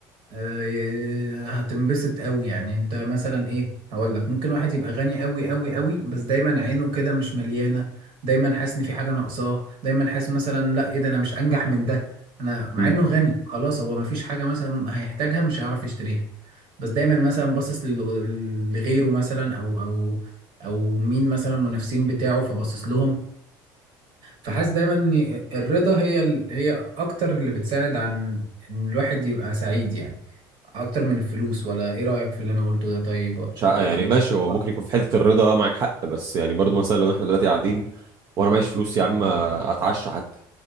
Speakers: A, on the right; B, on the right.
A: آه، هتنبسط قوي يعني انت مثلا ايه هقول لك ممكن واحد يبقى غني قوي قوي قوي بس دايما عينه كده مش مليانه دايما حاسس ان في حاجه ناقصاه دايما حاسس مثلا لا ايه ده انا مش انجح من ده انا مع
B: امم
A: انه غني خلاص هو ما فيش حاجه مثلا هيحتاجها مش هيعرف يشتريها بس دايما مثلا باصص لل- لغيره مثلا او او او مين مثلا المنافسين بتاعه فباصص لهم فحاسس دايما ان الرضا هي ال... هي اكتر اللي بتساعد عن ان الواحد يبقى سعيد يعني اكتر من الفلوس ولا ايه رأيك في اللي انا قلته ده طيب
B: مش ع-
A: ولا
B: يعني ماشي هو
A: لا
B: ممكن يكون في حتة الرضا آه، معاك حق بس يعني برضو مثلا لو احنا دلوقتي قاعدين وأنا معيش فلوس يا عم أتعشى حتى